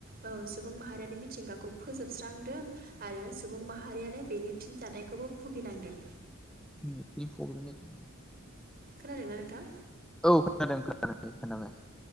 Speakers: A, on the right; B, in the centre.
A: औ सुबुं माहारियारि मिथिंगाखौ फोजोबस्रांदों। आरो सुबुं माहारियानो बेनि फिनजथायखौबो भुगिनांदों।
B: <inaudible>
A: खोनादों ना नोंथां।
B: औ खोनादों खोनादों खोनादों।